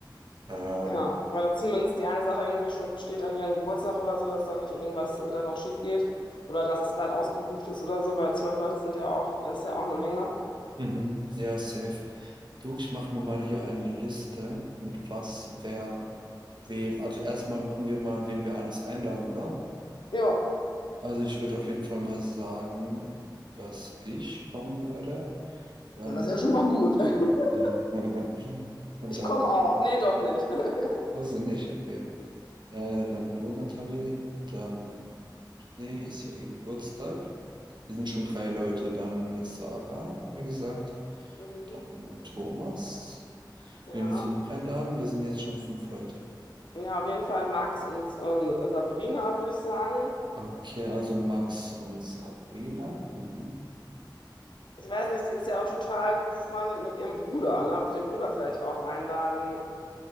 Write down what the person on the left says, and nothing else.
Ja, aber dass zumindest die eine Sache irgendwie schon steht an ihrem Geburtstag oder so, dass dann nicht irgendwas äh, dann noch schief geht oder dass es dann ausgebucht ist oder so, weil zwölf Leute sind ja auch, das ist ja auch eine Menge.
Ja,
na, das ist ja schon mal gut. <laughs>
Ich
komme auch. Nee, doch nicht. <laughs>
Mhm.
Ja.
Ja, auf jeden Fall Max und äh, Sabrina, würde ich sagen.
Ich weiß nicht, die ist ja auch total gut befreundet mit ihrem Bruder, ne? Ob wir den Bruder vielleicht auch einladen